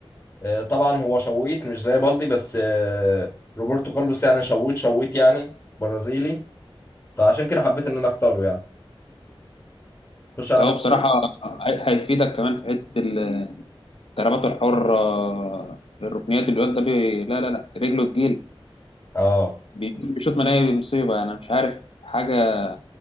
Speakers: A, on the left (about 20°); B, on the left (about 70°).
A: آه، طبعا هو شويت مش زي بالدي بس آه، روبرتو كارلوس يعني شويت شويت يعني برازيلي فعشان كده حبيت ان انا اختاره يعني خش على
B: هو
A: خط
B: بصراحه هي- هيفيدك كمان في حته ال- الضربات الحره آه، الركنيات الواد ده بي... لا لا لا رجله تجيل
A: اه
B: بي- بيشوط مناهي بمصيبه انا مش عارف حاجه